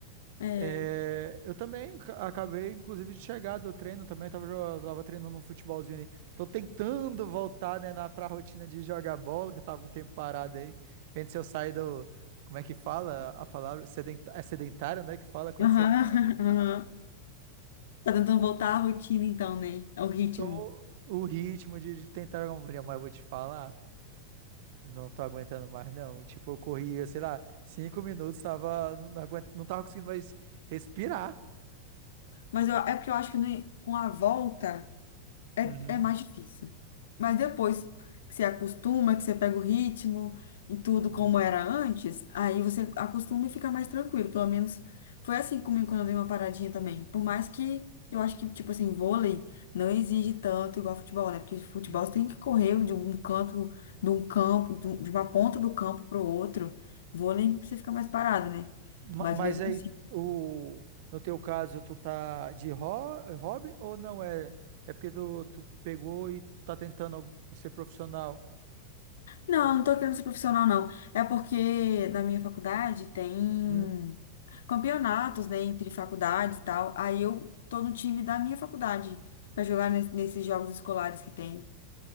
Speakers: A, on the left (about 60°); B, on the right (about 50°).
A: É,
B: É, eu também ca- acabei, inclusive, de chegar do treino também. Tava, jo- tava treinando um futebolzinho ali. Tô tentando voltar, né, na, pra rotina de jogar bola, que eu tava um tempo parado aí. Vendo se eu saio do. Como é que fala a palavra? Sedenta- é sedentário, né? Que fala quando
A: aham,
B: você tá.
A: <laughs> aham. Tá tentando voltar à rotina então, né? Ao ritmo.
B: Tô o ritmo de, de tentar jogar uma bola, mas eu vou te falar. Não tô aguentando mais, não. Tipo, eu corria, sei lá, cinco minutos, tava, não, não aguento, não tava conseguindo mais respirar.
A: Mas eu- é porque eu acho que né, com a volta. É,
B: Uhum,
A: é mais difícil. Mas depois que você acostuma, que você pega o ritmo e tudo
B: uhum,
A: como era antes, aí você acostuma e fica mais tranquilo. Pelo menos foi assim comigo quando eu dei uma paradinha também. Por mais que eu acho que, tipo assim, vôlei não exige tanto igual futebol, né? Porque futebol
B: uhum.
A: você tem que correr de um canto, de um campo, de um- de uma ponta do campo para o outro. Vôlei você fica mais parado, né?
B: Ma-
A: Mas
B: Mas
A: mesmo
B: aí,
A: assim.
B: o, no teu caso, tu tá de ho- é hobby ou não é? É porque tu, tu pegou e tá tentando algo- ser profissional.
A: Não, não tô querendo ser profissional, não. É porque na minha faculdade tem.
B: Uhum.
A: campeonatos, né, entre faculdades e tal. Aí eu tô no time da minha faculdade pra jogar nes- nesses jogos escolares que tem,